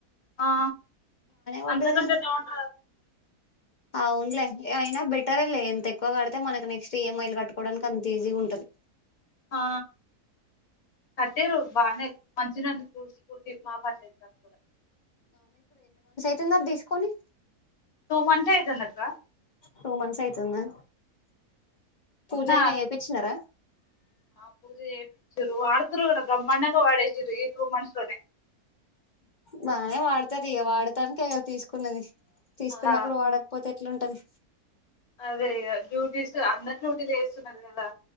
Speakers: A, on the left; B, on the left.
A: ఆ
B: పడ్డదిగా
A: అంతకంటే డౌన్
B: అవునులే అయినా బెటరేలే ఎంత ఎక్కువ కడితే మన నెక్స్ట్ ఈఎంఐలు కట్టుకోవడానికి అంత ఈజీగ ఉంటది
A: ఆ కట్టిర్రు బాగనే మంచి నన్ను స్కూల్ స్కూటీ బా పని చేస్తరు కూడా
B: చిన్నది తీసుకొని
A: టూ మంత్ అవుతుంది అక్క
B: టూ మంత్స్ అయితుందా పూజ
A: మొన్న
B: అయి చేపించ్చినరా
A: ఆ పూజ చేపిచ్చురు వాడుతుర్ కదా బ్రహ్మాండంగా వాడేసారు ఈ టూ మంత్స్ లోనే
B: బాగానే వాడతారు ఇక వాడతానికె కదా తీసుకున్నది తీసుకున్నప్పుడు
A: ఆ
B: వాడకపోతే ఎట్లుంటది
A: అదే ఇగ డ్యూటీీస్ అందరి వీళ్ళు చేస్తున్నారు కదా